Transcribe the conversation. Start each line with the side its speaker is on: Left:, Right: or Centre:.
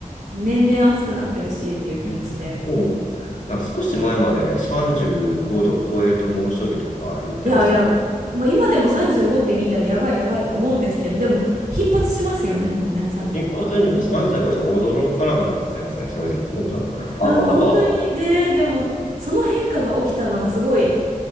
Right: 年々暑くなってるしっていう気もして。
Left: ねもう、なんか少し前まで35度超えると猛暑日とか言ってましたけど、
Right: いやいや、もう今でも35って見たらやばいやばいと思うんですけど、でも頻発しますよね、もうね、35が。
Left: 頻発するの僕35じゅうごじゃ驚かなくなっちゃいますね、正直。<laughs> あ、
Right: なんか本当にね、
Left: またか。
Right: でもその変化が起きたのがすごい